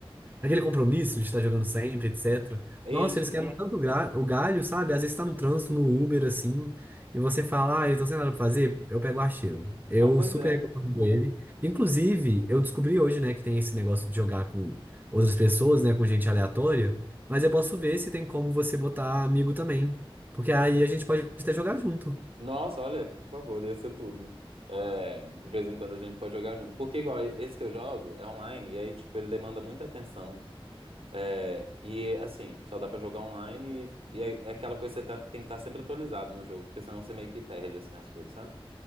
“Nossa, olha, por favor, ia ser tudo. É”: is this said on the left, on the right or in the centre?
Right